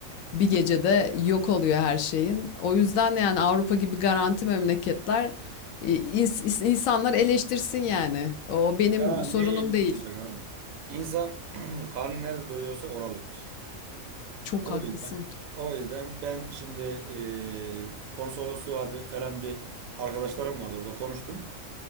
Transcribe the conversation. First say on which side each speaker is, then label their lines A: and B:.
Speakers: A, on the left; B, on the right.
A: bir gecede yok oluyor her şeyin. O yüzden yani Avrupa gibi garanti memleketler e, ins- insanlar eleştirsin yani. O benim
B: Ya ne
A: sorunum
B: el
A: değil.
B: tutacak abi? İnsan <clears throat> karnı nerede doyuyorsa oralıdır.
A: Çok
B: O
A: haklısın.
B: yüzden o yüzden ben şimdi e, konsolosluğa bir, falan bir arkadaşlarım vardı orada konuştum.